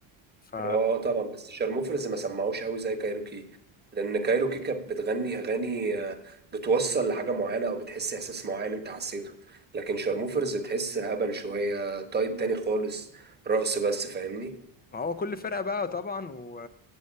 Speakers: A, on the left; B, on the right.
A: ف
B: اه طبعا بس شارموفرز ما سمعوش قوي زي كايروكي لأن كايروكي كانت بتغني أغاني آه، بتوصل لحاجة معينة أو بتحس إحساس معين أنت حسيته لكن شارموفرز تحس هبل شوية تايب تاني خالص رقص بس فاهمني
A: ما هو كل فرقة بقى طبعا و...